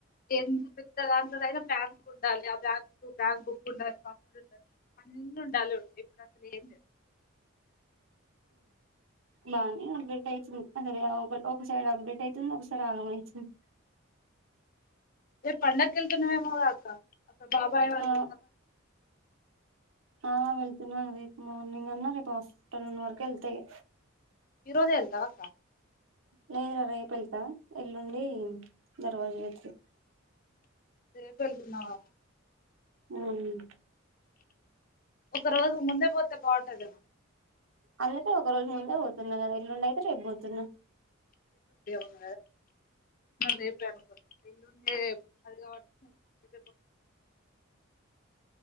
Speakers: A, on the left (about 40°); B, on the right (about 70°).
A: ఏ పెద్ద దాంట్లో అయినా బ్యాంక్ ఉండాలి ఆ బ్యాంక్ బ్యాంక్ బుక్ ఉండాలి పాస్వర్డ్ ఉండాలి అన్న ఉండాలి ఇప్పుడు అసలు ఏం లేదు
B: బాగానే అప్డేట్ అయితుంది అసరే ఒక ఒక సైడ్ అప్డేట్ అవుతుంది ఒకసారి ఆగం అయితుంది
A: మీరు పండక్కి వళ్తున్నారేమోట కదక్క బాబాయ్ వాళ్ళు
B: ఆ ఆ వెళ్తున్నా రేపు మార్నింగ్ అన్నా రేపు ఆఫ్ఫ్టర్నూన్ వరకు వెళ్త ఇగ
A: ఈరోజె ఎల్తవ అక్కా
B: లేదు ఇగ రేపు వెళ్తా ఎల్లుండి దర్వాజలు వచ్చి
A: రేపెళ్తున్నావా
B: మ్మ్
A: ఒక రోజు ముందే పోతే బాగుంటది
B: అందుకే ఒక రోజు ముందే పోవుతున్నగద మొన్నయితే
A: గద రేపు అనుకో ఎల్లుండే ఉంటది కాబట్టి